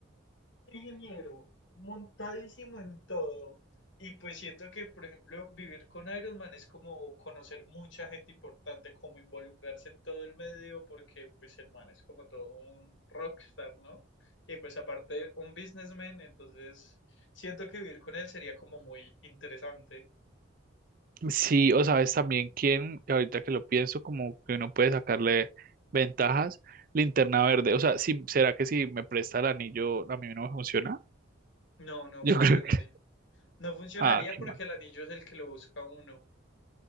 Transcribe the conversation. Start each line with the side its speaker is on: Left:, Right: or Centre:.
Left: ingeniero, montadísimo en todo. Y pues siento que, por ejemplo, vivir con Iron Man es como conocer mucha gente importante, como involucrarse en todo el medio, porque pues el man es como todo un rockstar, ¿no? Y pues aparte un businessman, entonces siento que vivir con él sería como muy interesante.
Right: sí, o sabes también quién, que ahorita que lo pienso, como que uno puede sacarle ventajas, linterna verde. O sea, si, ¿será que si me presta el anillo a mí no me funciona?
Left: No,
Right: <laughs>
Left: no
Right: Yo
Left: funcionaría.
Right: creo que...
Left: No funcionaría
Right: Ah, qué
Left: porque
Right: mal.
Left: el anillo es el que lo busca uno.